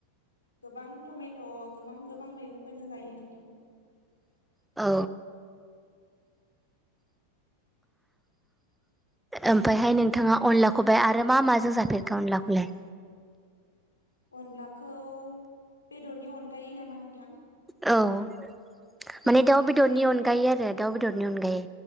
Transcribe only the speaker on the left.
गोबां टमेट गोबां गोबां मैगंफोर जों जायो नोंथां।
अनलाखौ बेदरनि अनगायै नामा नोंथां?
बेदरनि
अनगायै